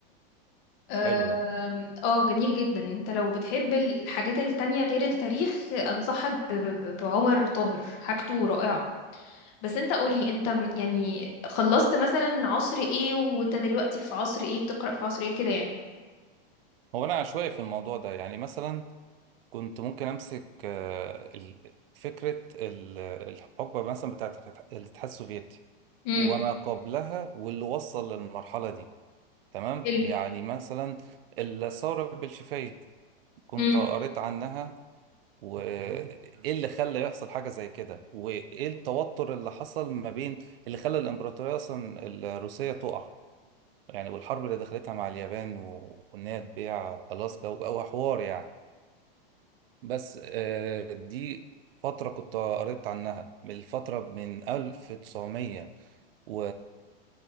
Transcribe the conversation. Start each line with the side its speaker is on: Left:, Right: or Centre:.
Left: آم،
Right: حلو ده
Left: اه جميل جدا انت لو بتحب الحاجات التانية غير التاريخ انصحك ب- ب- ب- بعمر طاهر حاجته رائعة بس انت قولي انت م- يعني خلصت مثلا عصر ايه وانت دلوقتي في عصر ايه بتقرأ في عصر ايه كده يعني
Right: هو انا عشوائي في الموضوع ده يعني مثلا كنت ممكن امسك آه، ال- فكره ال- الحقبه مثلا بتاعت الاتح- الاتحاد السوفيتي
Left: امم
Right: وما قبلها واللي وصل للمرحله دي تمام
Left: حلو
Right: يعني مثلا الثوره البلشفيه كنت
Left: امم
Right: قريت عنها مم. وايه تمام اللي خلى يحصل حاجة زي كده وايه التوتر اللي حصل ما بين اللي خلى الامبراطورية اصلا الروسية تقع يعني والحرب اللي دخلتها مع اليابان و- وان هي تبيع الاسكا و- او حوار يعني بس آه، دي فترة كنت قريت عنها من الفترة من 1917